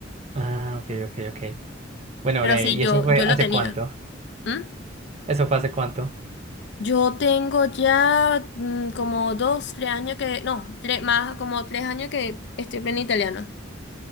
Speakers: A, on the right; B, on the left.
A: Ah, ok, ok, ok. Bueno,
B: Pero
A: bre,
B: sí,
A: ¿y
B: yo,
A: eso fue
B: yo
A: hace
B: lo tenía.
A: cuánto?
B: ¿Mm?
A: ¿Eso fue hace cuánto?
B: Yo tengo ya mm, como dos, tres años que, no, tres, más como tres años que estoy aprendiendo italiano.